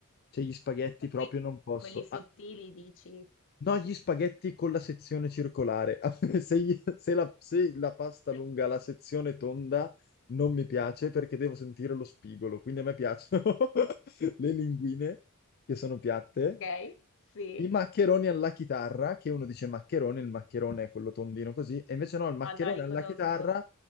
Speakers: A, on the left; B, on the left.
A: Cioè, gli spaghetti proprio
B: qui
A: non posso.
B: quelli sottili dici.
A: No, gli spaghetti con la sezione circolare. <laughs> Se, gli- se la, se la pasta lunga
B: Sì.
A: ha la sezione tonda non mi piace perché devo sentire lo spigolo. Quindi a me piacciono <laughs> le linguine che sono piatte,
B: Ok, sì.
A: i maccheroni alla chitarra, che uno dice maccherone, il maccherone è quello tondino così, e invece no, il maccherone
B: Ah no, li
A: alla
B: conosco.
A: chitarra